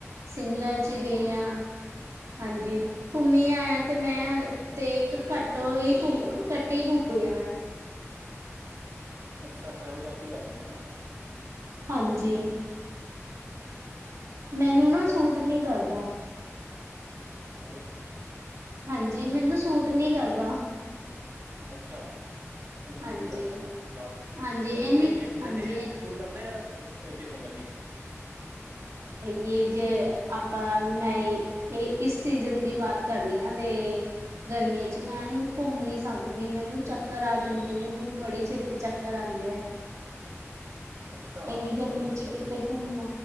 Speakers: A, on the right (about 75°); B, on the right (about 50°).
A: ਸ਼ਿਮਲਾ ਚ
B: ਜੀ
A: ਗਈ ਆਂ।
B: ਸ਼ਿਮਲਾ
A: ਹਾਂਜੀ, ਘੁੰਮੀ ਆਇਆ ਤੇ ਮੈਂ ਤੇ ਇੱਕ ਘੱਟੋ ਹੀ ਕੱਟ ਹੀ ਹੂ। ਈਮੇਲ ਆ ਮੈ <unintelligible>
B: ਅੱਛਾ, ਟਰੈਵਲ ਘੱਟ ਹੀ ਕਰਦੇ ਹੋ।
A: ਹਾਂਜੀ।
B: ਚੱਲੋ।
A: ਮੈਨੂੰ ਨਾ ਸੂਟ ਨੀ ਕਰਦਾ।
B: ਹੈਲੋ।
A: ਹਾਂਜੀ, ਮੈਨੂੰ ਸੂਟ ਨੀ ਕਰਦਾ।
B: ਅੱਛਾ, ਤੁਹਾਨੂੰ ਸੂਟ
A: ਹਾਂਜੀ
B: ਨੀ ਕਰਦਾ ਹੈ ਬਾਹਰ,
A: ਹਾਂਜੀ ਇੰਨੀ
B: ਨਹੀਂ ਵਿੰਟਰ
A: ਹਾਂਜੀ
B: ਚ ਹੀ ਸੂਟ ਕਰਦੇ ਆ ਉੱਚੇ ਸੰੰਮਰ ਕੇ।
A: ਹੈ ਜੇ ਆਪਾਂ ਮੈਂ ਇਹ ਇਸ ਸੀਜ਼ਨ ਦੀ ਬਾਤ ਕਰ ਰਹੀ ਹਾਂ ਤੇ ਗਰਮੀਆਂ ਚ ਮੈਂ ਇਹਨੂੰ ਘੁੰਮ ਨੀ ਸਕਦੀ, ਮੈਨੂੰ ਚੱਕਰ ਆ ਜਾਂਦੇ ਮੈਨੂੰ। ਬੜੀ ਛੇਤੀ ਚੱਕਰ ਆਉਂਦੇ ਹੈ।
B: ਅੱਛਾ
A: ਇੰਨੀ
B: ਤੁਹਾਨੂੰ
A: ਗਰਮੀ
B: ਫੇਰ
A: ਚ
B: ਤਾਂਹੀਏ।
A: ਕਿਤੇ ਘੁੰਮਣਾ